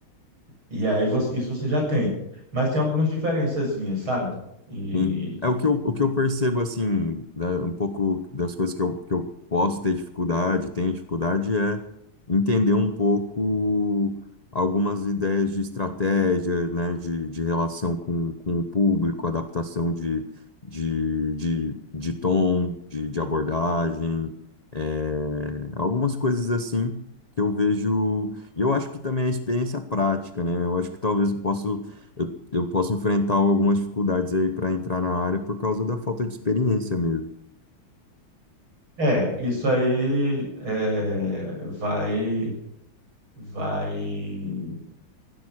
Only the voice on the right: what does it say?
E aí você- isso você já tem. Mas tem algumas diferençazinhas, sabe? E
É, isso aí é, vai vai